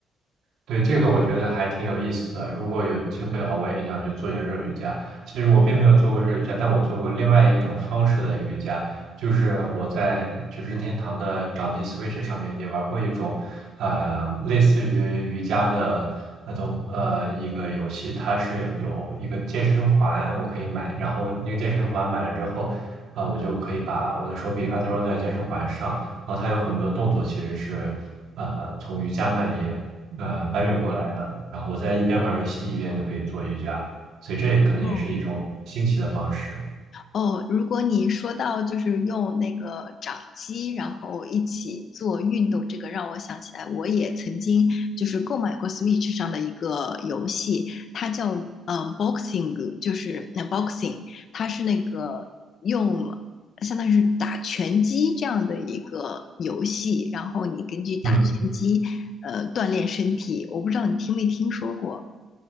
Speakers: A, on the right; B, on the left.
A: 对，这个我觉得还挺有意思的。如果有机会的话，我也想去做一下热瑜伽。其实我并没有做过热瑜伽，但我做过另外一种方式的瑜伽，就是我在就是任天堂的掌机 Switch 上面也玩过一种，呃，类似于瑜伽的那种呃一个游戏，它是有一个健身环，我可以买，然后那个健身环买了之后，啊、我就可以把我的手柄安装在健身环上，然后它有很多动作其实是呃从瑜伽那里。呃搬运过来的，然后我在一边玩游戏一边就可以做瑜伽，所以这也可能也是一种新奇的方式。
B: 哦，哦，如果你说到就是用那个掌机，然后一起做运动，这个让我想起来，我也曾经就是购买过 Switch 上的一个游戏，它叫嗯 boxing，就是那 boxing，它是那个用相当于是打拳击这样的一个游戏，然后你根据打拳击呃锻炼身体，
A: 嗯，
B: 我不知道你听没听说过